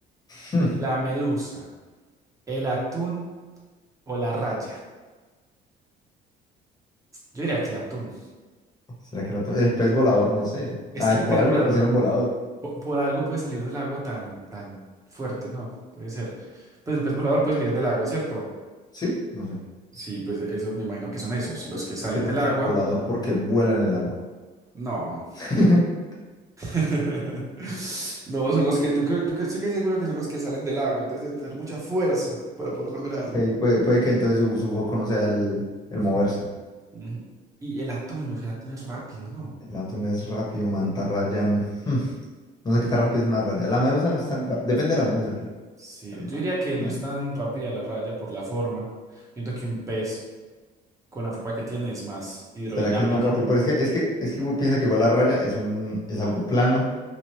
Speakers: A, on the left (about 25°); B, on the right (about 20°).
A: Hmm,
B: la medusa, el atún o la raya. Yo diría que el atún.
A: ¿Será que la to- El pez volador, no sé.
B: Es
A: A
B: que
A: ver,
B: el
A: por
B: pez
A: algo
B: volador,
A: le pusieron volador.
B: po- por, algo puede salir del agua tan, tan fuerte, ¿no? Puede ser. Pues el pez volador puede salir del agua, ¿cierto?
A: ¿Sí? No sé.
B: Sí, pues esos me imagino que son esos,
A: O
B: los
A: ¿Qué, ta-
B: que salen
A: qué tal
B: del agua.
A: sea volador? Porque vuela en el agua.
B: No.
A: <laughs>
B: <laughs> No, son los que yo creo, yo estoy casi seguro que son los que salen del agua, entonces deben tener mucha fuerza para poder lograrlo.
A: Ok, puede, puede que entonces su, su foco no sea el,
B: Ujú,
A: el moverse.
B: ujú. Y el atún, los el atún es rápido, ¿no?
A: El atún es rápido, mantarrayán. hmm, No sé qué tan rápido es una raya. La medusa no es tan rápida. Depende
B: Sí,
A: de la medusa aquí.
B: Sí,
A: Pero
B: yo
A: no,
B: diría que
A: la
B: no
A: medusa.
B: es tan rápida la raya por la forma. Yo Siento que un pez con la forma que tiene es más hidrodinámico,
A: ¿Será que es más rápido? Pero es que, es que, es que uno piensa que igual la raya es un, es algo plano